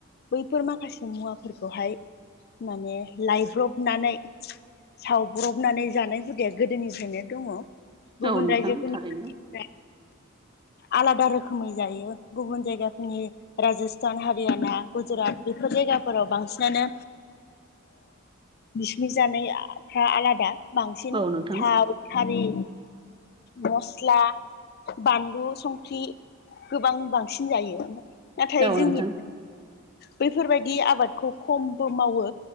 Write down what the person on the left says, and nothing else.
बैफोर माखासे मुवाफोरखौहाय माने लायब्रबनानै सावब्रबनानै जानाय हुदाया गोदोनिफ्रायनो दङ गुबुन
रायजोफोरनि
आलादा रोखोमै जायो गुबुन जायगा नि राजस्थान हारियाना गुजरात बेफोर जायगाफोराव बांसिनानो बिसनि जानायफ्रा आलादा बांसिन
थाव थारि मस्ला बानलु संख्रि गोबां बांसिन जायो नाथाय
जोंनि
बैफोरबायदि आबादखौ खमबो मावो